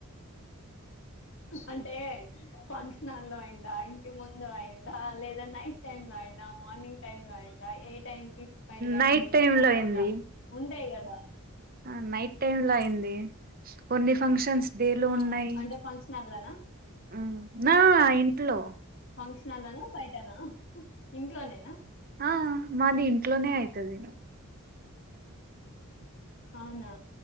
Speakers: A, on the left; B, on the right.
A: అంటే ఫంక్షన్ హాల్ లో అయిందా ఇంటి ముందు అయిందా లేదా నైట్ టైమ్ లో అయిందా మార్నింగ్ టైమ్ లో అయిందా ఏ టైం విచ్ టైమ్ లో అయింది
B: నైట్ టైమ్
A: ఆ
B: లో అయింది
A: ఇట్లా ఉండాయి కదా బ
B: ఆ నైట్ టైమ్ లో అయింది కొన్ని ఫంక్షన్స్ డేలో
A: ఆ
B: ఉన్నాయి
A: అంటే ఫంక్షన్ హాల్లోనా
B: హ్మ్మ్ నా ఇంట్లో
A: ఫంక్షన్ హాల్ లోన బయటనా ఇంట్లోనేనా
B: ఆ మాది ఇంట్లోనే అయితది
A: అవునా